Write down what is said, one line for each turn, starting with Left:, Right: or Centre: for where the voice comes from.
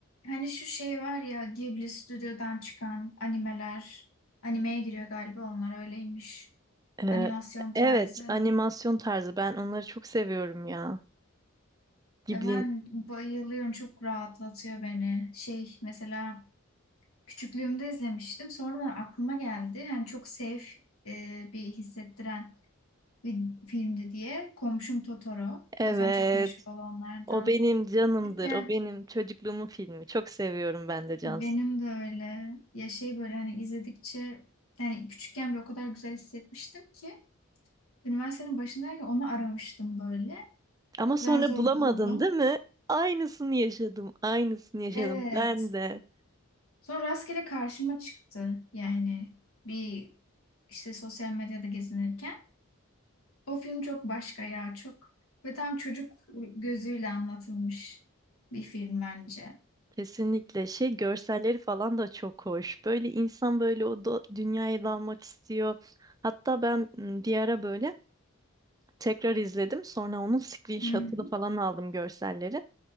Left: Hani şu şey var ya Ghibli stüdyodan çıkan animeler. Animeye giriyor galiba onlar öyleymiş.
Right: Ee,
Left: Animasyon tarzı.
Right: evet, animasyon tarzı. Ben onları çok seviyorum ya. Ghibli'nin.
Left: Ya ben bayılıyorum çok rahatlatıyor beni. Şey mesela küçüklüğümde izlemiştim. Sonra aklıma geldi. Hani çok safe e, bir hissettiren bir filmdi diye. Komşum Totoro.
Right: Evet.
Left: Zaten çok meşhur olanlardan.
Right: O benim canımdır.
Left: Küçükken
Right: O benim çocukluğumun filmi. Çok seviyorum ben de Cansu.
Left: benim de öyle. Ya şey böyle hani izledikçe yani küçükken bile o kadar güzel hissetmiştim ki. Üniversitenin başındayken onu aramıştım böyle.
Right: Ama
Left: Zar
Right: sonra
Left: zor
Right: bulamadın
Left: buldum.
Right: değil mi? Aynısını yaşadım. Aynısını yaşadım.
Left: Evet.
Right: Ben de.
Left: Sonra rastgele karşıma çıktı. Yani bir işte sosyal medyada gezinirken. O film çok başka ya çok. Ve tam çocuk gözüyle anlatılmış bir film bence.
Right: Kesinlikle şey görselleri falan da çok hoş. Böyle insan böyle o da, dünyaya dalmak istiyor. Hatta ben m, bir ara böyle tekrar izledim. Sonra onun screenshot'ını
Left: Hı hı.
Right: falan aldım görselleri.